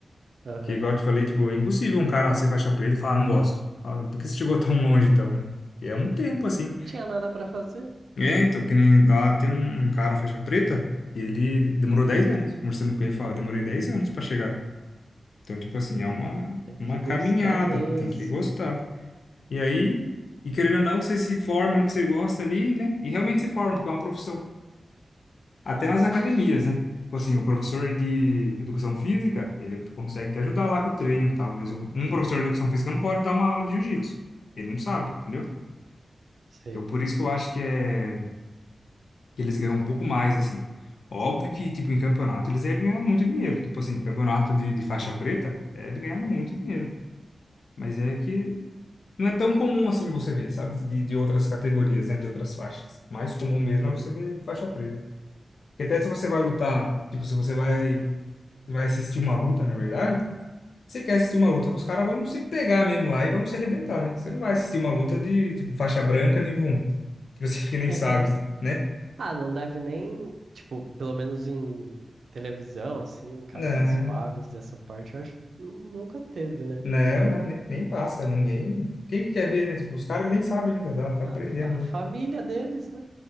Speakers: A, on the right (about 85°); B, on the left (about 85°).
A: Aham.
B: Que igual eu te falei, tipo, é impossível um cara ser faixa preta e falar, não gosto. Fala, Por que você chegou tão longe então, né? que é um tempo assim.
A: Tinha nada pra fazer.
B: É, então, que nem lá tem um, um cara faixa preta e ele demorou 10 anos. Conversando com ele, fala, demorei 10 anos pra chegar. Então, tipo assim,
A: Tem
B: é uma,
A: que, tem
B: uma
A: que gostar
B: caminhada,
A: mesmo.
B: tem que gostar. E aí, e querendo ou não, você se forma no que você gosta ali, né? E realmente se forma, porque é uma profissão. Até nas academias, né? Tipo assim, o professor de educação física, ele consegue te ajudar lá com o treino e tal, mas um um professor de educação física não pode dar uma aula de jiu-jitsu. Ele não sabe, entendeu?
A: Sei.
B: Então, por isso que eu acho que é que eles ganham um pouco mais, assim. Óbvio que, tipo, em campeonato eles devem ganhar muito dinheiro. Tipo assim, campeonato de, de faixa preta deve ganhar muito dinheiro. Mas é que não é tão comum assim você ver, sabe? De, de outras categorias, né? De outras faixas. Mais comum mesmo é você ver faixa preta. Porque até se você vai lutar,
A: Uhum.
B: tipo, se você vai vai assistir uma luta, na verdade, você quer assistir uma luta que os caras vão se pegar mesmo lá e vão se arrebentar, né? Você não vai assistir uma luta de, tipo, faixa branca nível um Tipo assim, <laughs> que
A: <laughs>
B: nem sabe, né?
A: Ah, não deve nem, tipo, pelo menos em televisão, assim, em canais
B: Não,
A: pagos dessa parte, eu acho, nu- nunca teve, né?
B: não,
A: Nunca
B: não,
A: vi.
B: ne- nem, passa, ninguém... Quem que quer ver, né? Tipo, os caras nem sabem ainda, tá, tá
A: A,
B: aprendendo,
A: fa-
B: né?
A: a família deles, né?